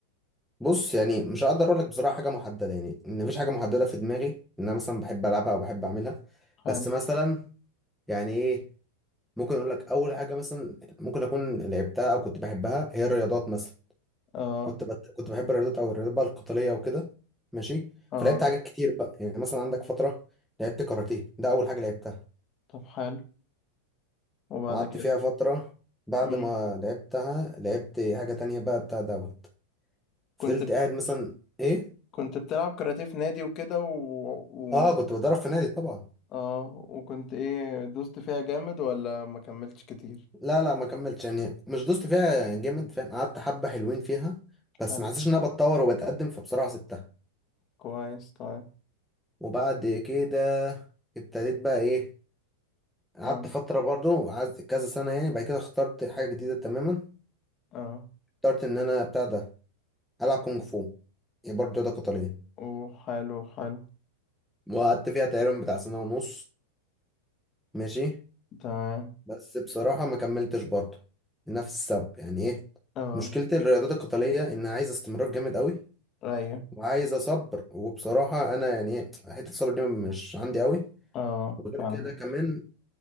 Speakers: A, in the centre; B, on the left (about 25°).
A: بص يعني مش هقدر أقولك بصراحة حاجة محددة يعني إن مفيش حاجة محددة في دماغي إن أنا مثلا بحب ألعبها أو بحب أعملها
B: حلو
A: بس مثلا يعني إيه ممكن أقولك أول حاجة مثلا ممكن أكون لعبتها أو كنت بحبها هي الرياضات مثلا
B: اه
A: كنت بت... كنت بحب الرياضات أو الرياضات بقى القتالية وكده ماشي
B: اه
A: فلعبت حاجات كتير بقى يعني مثلا عندك فترة لعبت كاراتيه ده أول حاجة لعبتها
B: طب حلو وبعد
A: وقعدت
B: كده
A: فيها فترة بعد
B: مم.
A: ما لعبتها لعبت حاجة تانية بقى بتاع دوت فضلت
B: كنت
A: قاعد مثلا ايه
B: كنت بتلعب كاراتيه في نادي وكده و... و...
A: اه كنت بتدرب في نادي طبعا
B: اه وكنت ايه دوست فيها جامد ولا ما كملتش كتير
A: لا لا ما كملتش يعني مش دوست فيها جامد فاهم قعدت حبة حلوين فيها بس
B: حلو
A: ما حسيتش ان انا بتطور وبتقدم فبصراحة سبتها
B: كويس طيب
A: وبعد كده ابتديت بقى ايه قعدت
B: اه
A: فترة برضو قعدت كذا سنة يعني بعد كده اخترت حاجة جديدة تماما
B: اه
A: اخترت ان انا بتاع ده العب كونج فو يعني برضه رياضة قتالية
B: وحلو حلو
A: وقعدت فيها تقريبا بتاع سنة ونص ماشي
B: تمام
A: بس بصراحة ما كملتش برضه لنفس السبب يعني ايه
B: اه
A: مشكلة الرياضات القتالية انها عايزة استمرار جامد قوي
B: رايق
A: وعايزة صبر وبصراحة انا يعني ايه حتة الصبر دي مش عندي قوي
B: اه
A: وغير
B: فاهم
A: كده كمان